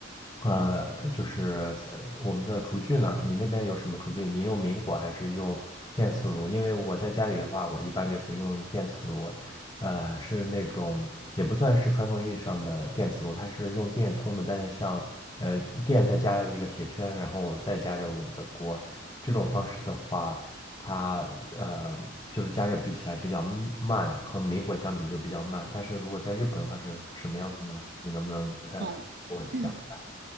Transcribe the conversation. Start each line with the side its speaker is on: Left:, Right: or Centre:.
Left: 呃，就是呃我们的厨具呢，你那边有什么厨具？你用明火还是用电磁炉？因为我在家里的话，我一般就是用电磁炉，呃，是那种也不算是传统意义上的电磁炉，它是用电通的，但是像呃电再加上一个铁圈，然后再加热我们的锅，这种方式的话。它呃就是加热比起来比较慢，和明火相比就比较慢。但是如果在日本的话是什么样子呢？你能不能呃给我讲一下
Right: 嗯，<clears throat> 嗯。